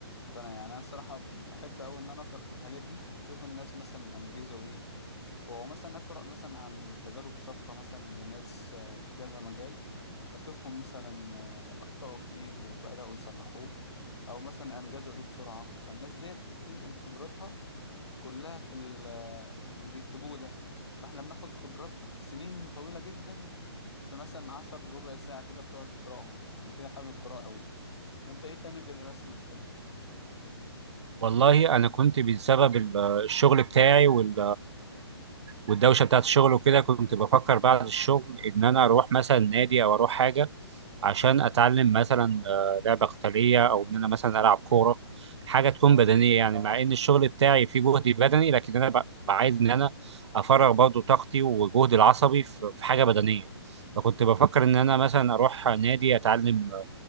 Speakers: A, on the left (about 75°); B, on the right (about 85°).
A: فانا يعني انا الصراحة بحب قوي ان انا اقرأ في الحاجات دي واشوف الناس مثلا انجزوا ايه ومثلا أقرأ مثلا عن تجارب سابقة مثلا لناس آه، في كذا مجال وأشوفهم مثلا آه، أخطأوا في إيه وبدأوا يصلحوه أو مثلا أنجزوا إيه بسرعة فالناس ديت بتنقل خبراتها كلها في ال- آه، في اللي بيكتبوه ده فإحنا بناخد خبرات سنين طويلة جدا في مثلا عشر ربع ساعة كده بتقعد تقرأهم فعشان كده حابب القراءة أوي أنت إيه تاني غير الرسم بتحبه؟
B: والله أنا كنت بسبب ال- الشغل بتاعي وال والدوشه بتاعت الشغل وكده كنت بفكر بعد الشغل ان انا اروح مثلا نادي او اروح حاجه عشان اتعلم مثلا آه، لعبه قتاليه او ان انا مثلا العب كوره حاجه تكون
A: آه.
B: بدنيه يعني مع ان الشغل بتاعي فيه جهد بدني لكن انا ب- بعايز ان انا افرغ برضو طاقتي وجهدي العصبي في في حاجه بدنيه فكنت بفكر ان انا مثلا اروح نادي اتعلم